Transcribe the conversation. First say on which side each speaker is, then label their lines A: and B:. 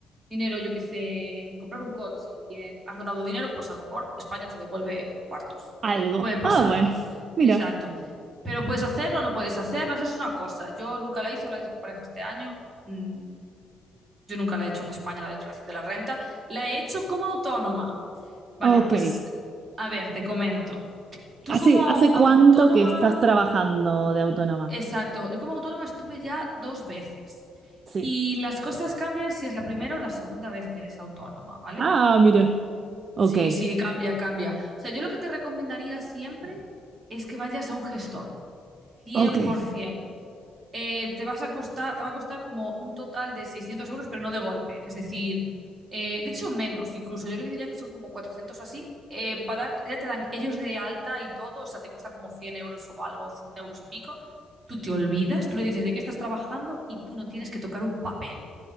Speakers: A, on the right; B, on the right.
A: dinero, yo que sé, en comprar un coche y en has donado dinero, pues a lo mejor España te devuelve cuartos.
B: algo.
A: Puede pasar.
B: Ah, bueno, mira.
A: Exacto. Pero puedes hacerlo o no puedes hacerlo, eso es una cosa. Yo nunca la hice, la hizo mi pareja este año. Mm, Yo nunca la he hecho en España, la declaración de la renta. La he hecho como autónoma. Vale,
B: Ok.
A: pues a ver, te comento. Tú
B: ¿Hace,
A: como
B: hace
A: autónoma
B: cuánto que estás trabajando de autónoma?
A: Exacto. Yo como autónoma estuve ya dos veces.
B: Sí.
A: Y las cosas cambian si es la primera o la segunda vez que eres autónoma, ¿vale?
B: Ah, mira. Ok.
A: Sí, sí, cambia, cambia. O sea, yo lo que te recomendaría siempre es que vayas a un gestor, 100%
B: Ok.
A: eh, te vas a costar, te va a costar como un total de 600 euros, pero no de golpe. Es decir, eh, de hecho menos incluso. Yo creo que diría que son como 400 o así. Eh, para dar, ya te dan ellos de alta y todo, o sea, te cuesta como 100 euros o algo, 100 euros y pico. Tú te olvidas, tú le dices de qué estás trabajando y tú no tienes que tocar un papel.